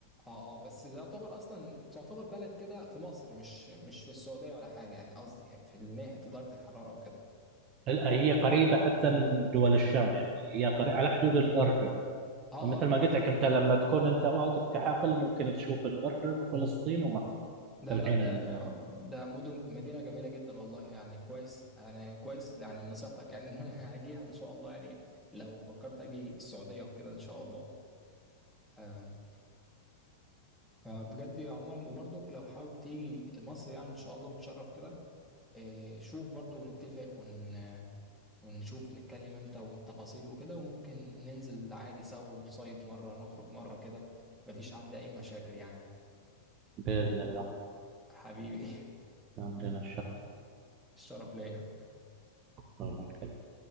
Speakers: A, in the centre; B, on the right.
A: اه اه بس ده يعتبر أصلا تعتبر بلد كده في مصر مش مش في السعودية ولا حاجة يعني قصدي يعني في إن هي حتة درجة الحرارة وكده
B: لا، هي قريبة حتى من دول الشام يعني هي قريبة على حدود الأردن
A: اه
B: فمثل
A: اه ده
B: ما قلت لك أنت لما تكون أنت واقف في حقل ممكن تشوف الأردن وفلسطين ومصر
A: ده
B: في العين
A: لا ده
B: المجرد
A: ده مدن مدينة جميلة جدا والله يعني كويس يعني كويس يعني نصيحتك يعني إن أنا <laughs> هاجيها إن شاء الله يعني لو فكرت أجي السعودية وكده إن شاء الله آم، فبجد عموما وبرضك لو حابب تيجي مصر يعني إن شاء الله وتشرف كده آه، شوف برضو ونتفق ون... ونشوف نتكلم امتى والتفاصيل وكده وممكن ننزل عادي سوا ونصيف مرة نخرج مرة كده مفيش عندي أي مشاكل يعني
B: بإذن الله
A: حبيبي
B: عندنا
A: <laughs> الشرف ليا
B: الشرف